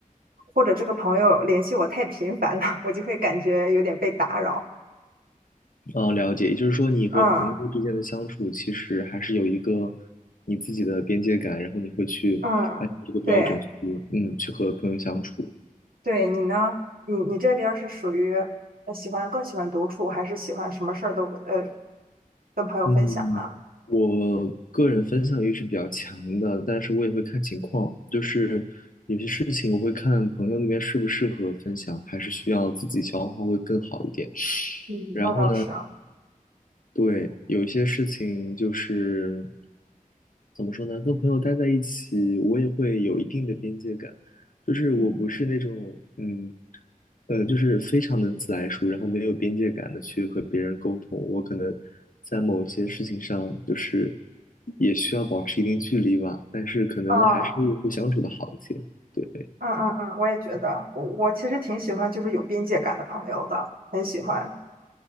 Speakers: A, on the right; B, on the left.
A: 或者这个朋友联系我太频繁了，我就会感觉有点被打扰。
B: 哦，了解，也就是说你和朋友之间的相处其实还是有一个
A: 嗯
B: 你自己的边界感，然后你会去按照这个标准去，
A: 嗯，对
B: 嗯，去和朋友相处。
A: 对，你呢？你你这边儿是属于呃喜欢更喜欢独处，还是喜欢什么事儿都呃跟朋友分享呢？
B: 嗯，我个人分享欲是比较强的，但是我也会看情况，就是事情我会看朋友那边适不适合分享，还是需要自己消化会更好一点。
A: 嗯那倒是啊，
B: 然后呢，对，有一些事情就是怎么说呢，跟朋友待在一起，我也会有一定的边界感，就是我不是那种嗯
A: 嗯，
B: 呃，就是非常能自来熟，然后没有边界感的去和别人沟通。我可能在某一些事情上，就是也需要保持一定距离吧，但是可能还是会相处的好一些。
A: 啊。
B: 对。
A: 嗯嗯嗯，我也觉得，我我其实挺喜欢就是有边界感的朋友的，很喜欢，